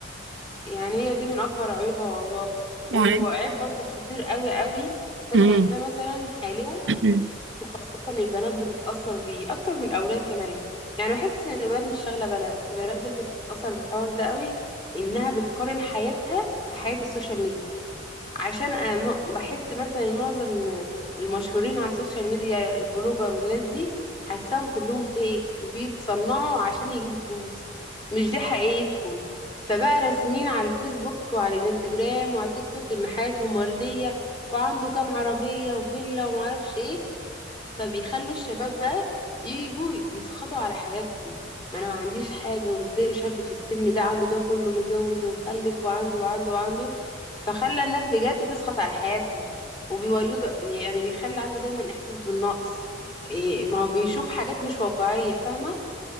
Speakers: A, on the left; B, on the right.
A: يعني هي دي من اكبر عيوبها والله
B: يعني
A: وعيب برضو خطير قوي قوي أنا
B: مم.
A: شايفاه مثلا حاليا
B: <clears throat>
A: اصلا البنات بتتاثر بيه اكتر من الاولاد كمان يعني بحس ان الولاد مش شاغله بالها بس البنات اللي بتتاثر بالحوار ده قوي انها بتقارن حياتها بحياه السوشيال ميديا عشان انا م- بحس مثلا معظم المشهورين على السوشيال ميديا البلوجر والناس دي حاساهم كلهم فيك بيتصنعوا عشان يجيبوا فلوس مش دي حقيقتهم فبقى راسمين على الفيسبوك وعلى الانستجرام وعلى التيك توك ان حياتهم ورديه وعنده كام عربيه وفيلا ومعرفش ايه فبيخلوا الشباب بقى يجوا يسخطوا على حياتهم ما انا ما عنديش حاجه وازاي شاب في السن ده عنده ده كله متجوز ومخلف وعنده وعنده وعنده فخلى الناس بجد تسخط على حياتها وبيولدوا يعني بيخلي عنده دايما احساس بالنقص إيه ما هو بيشوف حاجات مش واقعيه فاهمه